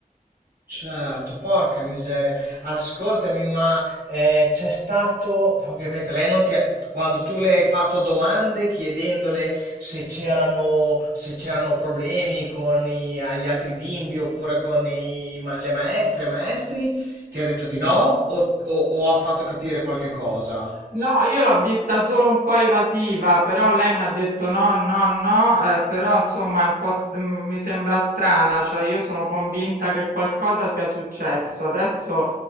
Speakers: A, on the right; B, on the right.
A: certo, porca miseria. Ascoltami, ma eh, c'è stato, ovviamente lei non ti ha- quando tu le hai fatto domande chiedendole se c'erano se c'erano problemi con i- gli altri bimbi oppure con i ma- le maestre, i maestri, ti ha detto di no o, o- o ha fatto capire qualche cosa?
B: No, io l'ho vista solo un po' evasiva, però lei mi ha detto no, no, no, eh, però insomma è un po' st- m- mi sembra strana, cioè io sono convinta che qualcosa sia successo. Adesso